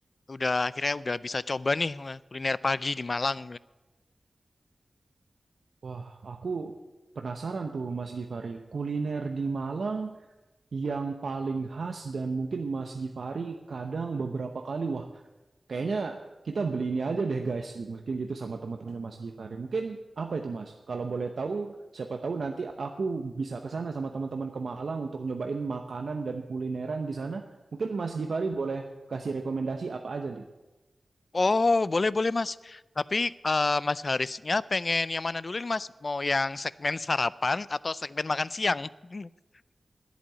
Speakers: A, on the left (about 55°); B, on the right (about 65°).
A: udah akhirnya udah bisa coba nih eh, kuliner pagi di Malang.
B: Wah, aku penasaran tuh Mas Givari, kuliner di Malang yang paling khas dan mungkin Mas Givari kadang beberapa kali wah. Kayaknya kita beli ini aja deh guys, gitu. mungkin gitu sama teman-temannya Mas Gifari. Mungkin apa itu Mas? Kalau boleh tahu, siapa tahu nanti aku bisa ke sana sama teman-teman ke Malang untuk nyobain makanan dan kulineran di sana. Mungkin Mas Gifari boleh kasih rekomendasi apa aja nih?
A: Oh, boleh-boleh Mas. Tapi eh, Mas Harisnya pengen yang mana dulu nih Mas? Mau yang segmen sarapan atau segmen makan siang? <laughs>